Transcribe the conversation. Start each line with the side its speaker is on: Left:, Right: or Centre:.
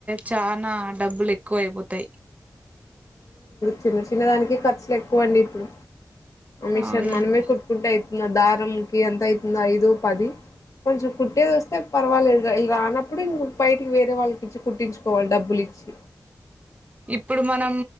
Right: చానా డబ్బులు ఎక్కు క్కువైపోతాయి
Left: చిన్న చిన్న దానికి ఖర్చులు ఎక్కువ అండి ఇప్పుడు మీషన్
Right: అవునండి
Left: మనమే కు కకుంటే అవుతుంది దారంకి ఎంత అవుతుందో ఐదు పది కొంచెం కుట్టేది వస్తే పర్వాలేదు రానప్పుడు ఇం బయటికి వేరే వాళ్ళకి ఇచ్చి కుట్టించుకోవాలి డబ్బులు ఇచ్చి
Right: ఇప్పుడు మనం